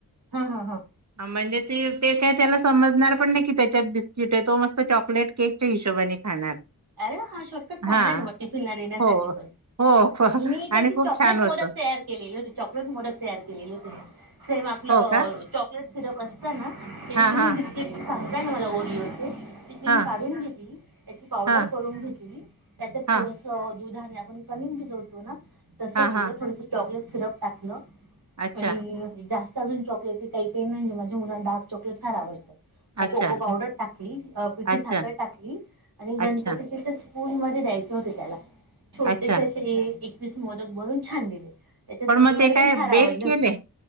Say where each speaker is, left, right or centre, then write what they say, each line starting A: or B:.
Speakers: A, on the right; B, on the right.
A: हा हा हा
B: म्हणजे ते ते काय त्याला समजणार पण नाही की त्याच्यात बिस्किट आहे तो मस्त चॉकलेट केकच्या हिशोबाने खाणार
A: अरे हा शॉर्टकट चांगला
B: हा
A: आहे ना मग टिफिनला नेण्यासाठी
B: हो
A: पण
B: हो हो
A: मी त्याची
B: आणि खूप
A: चॉकलेट
B: छान
A: मोदक
B: होतं
A: तयार केलेली होती चॉकलेट मोदक तयार केलेली होती मी सेम आपलं
B: हो का
A: चॉकलेट सिरप असते ना त्या
B: हां
A: तु्ही
B: हां
A: बिस्क सांगताय ना मला ओरिओ चे चिकली
B: हां
A: काढून घेतली त्याची पावडर
B: हां
A: करून घेतली त्याच्यात
B: हां
A: थोडंसं दुधाने आपण कमी भिजवतो ना तसं
B: हां
A: केलं
B: हां
A: थोडसं चॉकलेट सिरप टाकलं
B: अच्छा
A: आणि जास्त अजून चॉकलेटी काही म्हणजे मुलाला चॉकलेट फार आवडत मग
B: अच्छा
A: कोको पावडर टाकली पिठी
B: अच्छा
A: साखळ टाकली गणपतीची
B: अच्छा
A: पुरीमध्ये द्यायचे होते त्याला छोटेसे
B: अच्छा
A: असे वीस मोदक बनून छान दिले त्याच्या
B: पण
A: स्कूलमध्ये
B: मग ते काय
A: फार आवडले
B: बेक केले
A: होते.